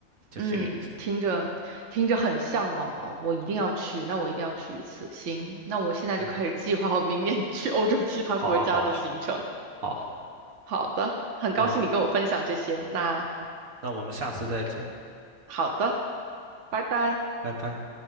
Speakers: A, on the right; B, on the right.
A: 就是这个意思。
B: 嗯，听着听着很向往了，我一定要去，那我一定要去一次。行，那我现在就开始计划我明年
A: 嗯哼，
B: <laughs> 去欧洲其他国家的行程。
A: 好，好，好，
B: 好的，很高兴你跟我分享这些。
A: 那我
B: 那
A: 那我们下次再见，
B: 好的，拜拜。
A: 拜拜。